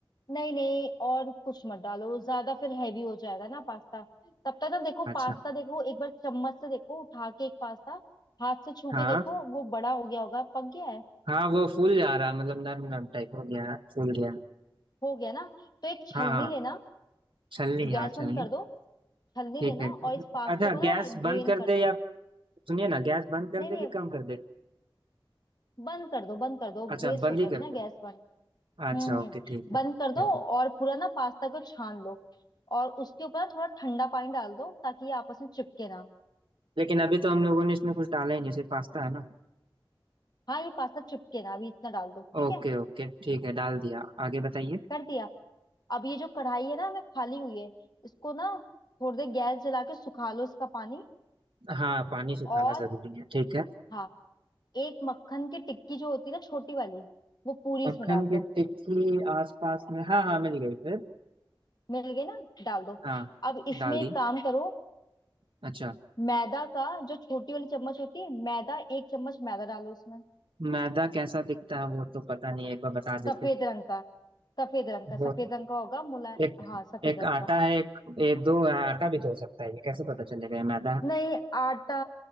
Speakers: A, on the left (about 50°); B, on the right (about 75°).
A: नहीं नहीं और कुछ मत डालो ज्यादा फिर हैवी हो जाएगा ना पास्ता तब तक ना देखो
B: अच्छा
A: पास्ता देखो एक बार चम्मच से देखो उठा के एक पास्ता हाथ से छू
B: हाँ
A: के देखो वो बड़ा हो गया होगा पक गया है
B: हाँ वो फूल जा रहा मतलब नरम नरम टाइप हो गया फूल गया
A: हो गया ना तो एक छलनी
B: हाँ हाँ
A: लेना
B: छलनी हाँ
A: गैस बंद
B: छलनी
A: कर दो हल्दी
B: ठीक
A: लेना
B: है
A: और इस पास्ता
B: अच्छा
A: को ना
B: गैस
A: ड्रेन
B: बंद कर
A: कर
B: दे
A: दो
B: या सुनिए ना गैस बंद कर
A: नहीं
B: दे
A: नहीं
B: कि कम कर दे
A: बंद कर दो बंद कर दो
B: अच्छा
A: वेस्ट
B: बंद
A: हो जाएगी
B: ही कर
A: ना
B: दे
A: गैस बंद
B: अच्छा
A: हम्म
B: ओके
A: हम्म
B: ठीक है
A: बंद कर दो
B: ठीक है।
A: और पूरा ना पास्ता को छान लो और उसके ऊपर ना थोड़ा ठंडा पानी डाल दो ताकि ये आपस में चिपके ना
B: लेकिन अभी तो हम लोगों ने इसमें कुछ डाला ही नहीं सिर्फ पास्ता है ना
A: हाँ ये पास्ता चिपके ना अभी इतना डाल दो ठीक
B: ओके
A: है
B: ओके ठीक है डाल दिया आगे बताइए
A: कर दिया अब ये जो कढ़ाई है ना हमें खाली हुई है इसको ना थोड़ी देर गैस जला के सुखा लो इसका पानी
B: हाँ पानी सुखाना
A: और
B: जरूरी है ठीक है
A: हाँ एक मक्खन की टिक्की जो होती है ना छोटी वाली वो पूरी इसमें
B: मक्खन
A: डाल
B: की
A: दो
B: टिक्की आसपास में हाँ हाँ मिल गई फिर
A: मिल गए ना डाल दो
B: हाँ
A: अब इसमें
B: डाल दी
A: एक काम करो
B: अच्छा
A: मैदा का जो छोटी वाली चम्मच होती है मैदा एक चम्मच मैदा डालो उसमें
B: मैदा कैसा दिखता है वो तो पता नहीं है एक बार बता देते
A: सफेद रंग का सफेद रंग का
B: वो
A: सफेद रंग का होगा मुला
B: एक
A: हाँ सफेद
B: एक
A: रंग
B: आटा
A: का
B: है एक ये दो आटा भी तो हो सकता है ये कैसे पता चलेगा ये मैदा है?
A: नहीं आटा